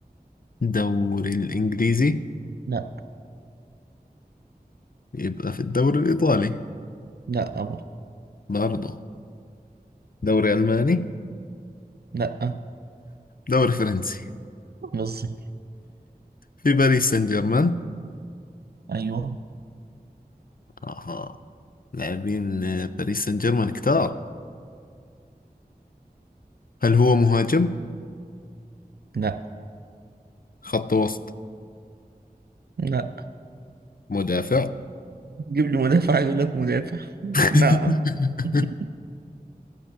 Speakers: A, on the left (about 60°); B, on the right (about 75°).
A: الدوري الإنجليزي
B: لا
A: يبقى في الدوري الإيطالي
B: لا أبر.
A: برضه دوري ألماني
B: لا
A: دوري فرنسي
B: بالظبط
A: في باريس سان جيرمان
B: ايوه
A: اها لاعبين آه، باريس سان جيرمان كتار هل هو مهاجم
B: لا
A: خط وسط
B: لا
A: مدافع
B: جيب لي مدافع عايز اقول لك مدافع <laughs>
A: <laughs>
B: نعم <laughs>